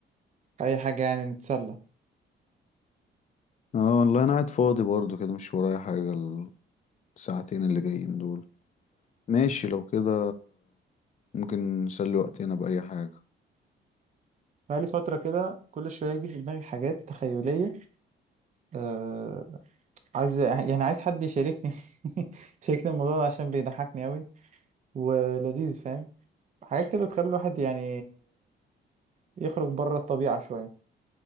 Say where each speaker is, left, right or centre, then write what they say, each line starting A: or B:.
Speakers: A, on the right (about 35°); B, on the left (about 35°).
A: في اي حاجة يعني نتسلى
B: اه والله انا قاعد فاضي برضو كده مش ورايا حاجه الساعتين اللي جايين دول ماشي لو كده ممكن نسلي وقتنا باي حاجه
A: بقالي فترة كده كل شوية يجي في دماغي حاجات تخيلية أه... عايز يعني عايز حد يشاركني <laughs> يشاركني الموضوع ده عشان بيضحكني أوي ولذيذ فاهم حاجات كده تخلي الواحد يعني يخرج بره الطبيعة شوية